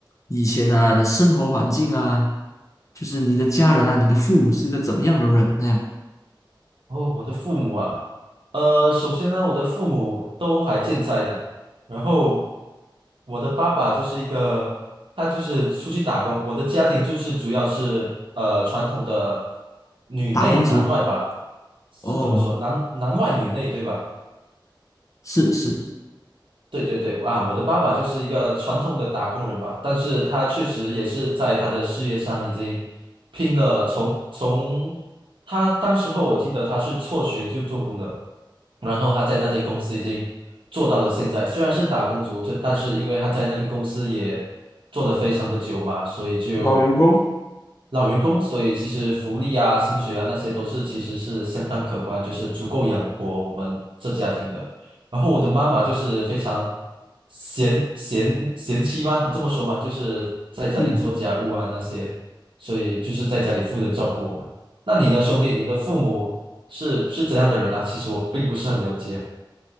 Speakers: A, on the left (about 40°); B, on the right (about 80°).
A: 以前啊的生活环境啊，就是你的家人啊，你的父母是个怎么样的人那样？
B: 哦，我的父母啊，呃，首先呢，我的父母都还健在的，然后我的爸爸就是一个，他就是出去打工，我的家庭就是主要是呃传统的女内男外吧，
A: 打工族，
B: 是怎么说？
A: 哦，
B: 男男外女内对吧？
A: 是是，
B: 对对对，啊，我的爸爸就是一个传统的打工人吧，但是他确实也是在他的事业上已经拼了从，从他当时候我记得他是辍学就做工的，然后他在那间公司已经做到了现在，虽然是打工族，就但是因为他在那个公司也做得非常的久嘛，所以就
A: 老员工，
B: 老员工，所以其实福利啊、薪水啊那些都是其实是相当可观，就是足够养活我们这家庭的。然后我的妈妈就是非常贤贤贤妻吗？这么说吗？就是在家里做家务啊那些，
A: 嗯，
B: 所以就是在家里负责照顾我们。那你呢，兄弟？你的父母是是怎样的人啊？其实我并不是很了解。